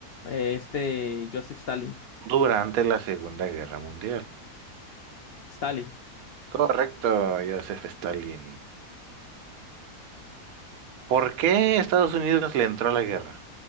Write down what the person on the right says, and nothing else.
Durante la Segunda Guerra Mundial.
Correcto, Joseph Stalin. ¿Por qué Estados Unidos le entró a la guerra?